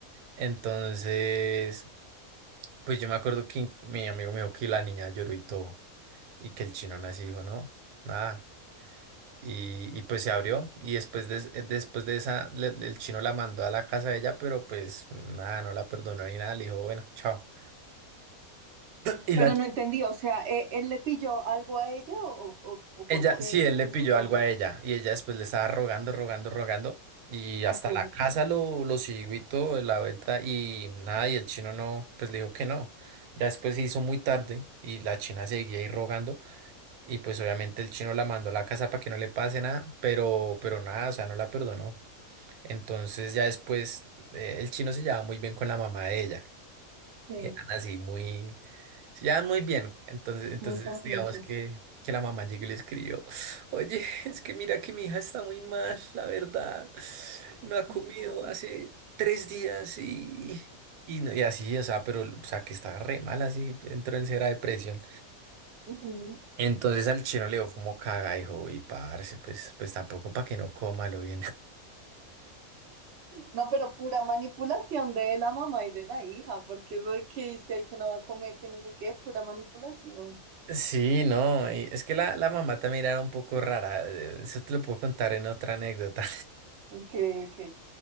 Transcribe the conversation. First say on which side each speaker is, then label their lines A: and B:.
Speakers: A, on the right; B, on the right.
A: Entonces, pues yo me acuerdo que mi amigo me dijo que la niña lloró y todo, y que el chino aún así dijo, no, nada. Y, y pues se abrió y después de, después de esa le- el chino la mandó a la casa de ella, pero pues nada, no la perdonó ni nada, le dijo, bueno, chao. Y la
B: Pero no entendí, o sea, ¿e- ¿él, le pilló algo a ella o, o, o
A: ella,
B: por qué
A: sí, él
B: él
A: le
B: se
A: pilló
B: emputó?
A: algo a ella y ella después le estaba rogando, rogando, rogando y hasta
B: Ok,
A: la casa lo, lo siguió y todo de la vuelta y nada, y el chino no, pues le dijo que no. Ya después se hizo muy tarde y la china seguía ahí rogando y pues obviamente el chino la mandó a la casa para que no le pase nada, pero, pero nada, o sea, no la perdonó. Entonces ya después eh, el chino se llevaba muy bien con la mamá de ella.
B: Sí.
A: Eran así muy, se llevaban muy bien. Entonces, entonces
B: muy con pinches.
A: digamos que, que la mamá llegó y le escribió, oye, <laughs> es que mira que mi hija está muy mal, la verdad. No ha
B: Ujú.
A: comido hace tres días y, y, no- y así, o sea, pero o sea que estaba re mal así, entró en cera depresión.
B: Ujú.
A: Entonces al chino le dio como caga, dijo, y parce, pues, pues tampoco para que no coma lo bien.
B: No, pero pura manipulación de la mamá y de la hija, porque eso de que es que hay que no va a comer, que no sé qué, pura manipulación.
A: Sí, no, y es que la, la mamá también era un poco rara, eh, eso te lo puedo contar en otra anécdota.
B: Ok, ok,